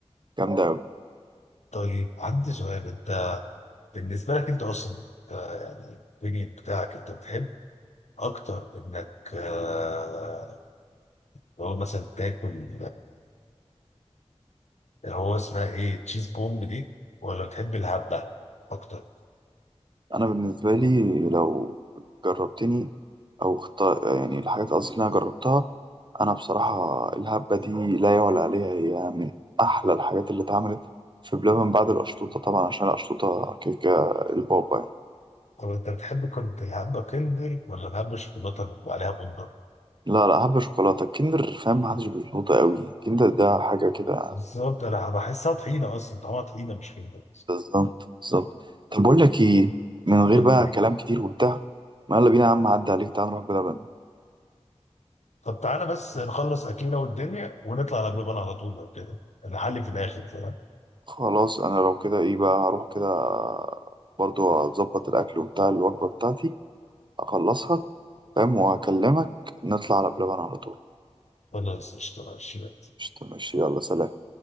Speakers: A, on the right; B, on the left.
A: جامدة أوي
B: طيب عندي سؤال انت بالنسبه لك انت اصلا ك- يعني البنين بتاعك انت بتحب اكتر انك آه، لو مثلا تاكل هو اسمها ايه تشيز بومب دي ولا بتحب الهبه اكتر
A: أنا بالنسبة لي لو جربتني أو خط... يعني الحاجات قصدي اللي أنا جربتها أنا بصراحة الهبة دي لا يعلى عليها هي من أحلى الحاجات اللي اتعملت في بلبن بعد القشطوطة طبعا عشان القشطوطة كيكة البابا يعني
B: طب انت بتحب كنت الهبه كندر ولا الهبه الشوكولاته اللي بيبقى عليها بندق
A: لا لا هبة شوكولاتة الكندر فاهم محدش بيظبطها أوي الكندر ده حاجة كده
B: بالظبط انا بحسها طحينه اصلا طعمها طحينه مش كندر
A: بالظبط بالظبط طب بقول لك ايه من غير
B: قول
A: بقى
B: لي
A: كلام كتير وبتاع ما يلا بينا يا عم عدى عليك تعال نروح بلبن
B: طب تعالى بس نخلص اكلنا والدنيا ونطلع على بلبن على طول لو كده نحلي في الاخر فاهم
A: خلاص انا لو كده ايه بقى هروح كده برضو اظبط الاكل وبتاع الوجبه بتاعتي اخلصها فاهم وهكلمك نطلع على بلبن على طول
B: خلاص اشتغل الشباب
A: مش ماشي يلا سلام